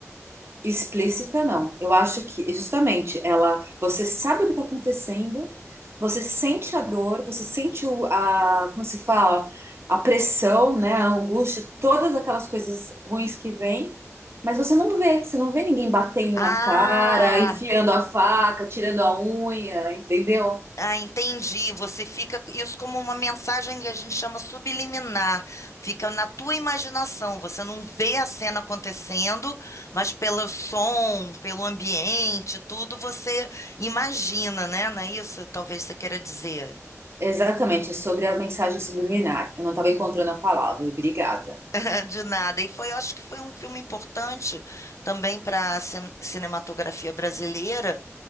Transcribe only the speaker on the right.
Explícita não. Eu acho que justamente ela, você sabe o que está acontecendo, você sente a dor, você sente o, a, como se fala, a pressão, né, a angústia, todas aquelas coisas ruins que vêm, mas você não vê, você não vê ninguém batendo
na cara, enfiando a faca, tirando a unha, entendeu?
Exatamente, é sobre a mensagem subliminar. Eu não estava encontrando a palavra, obrigada.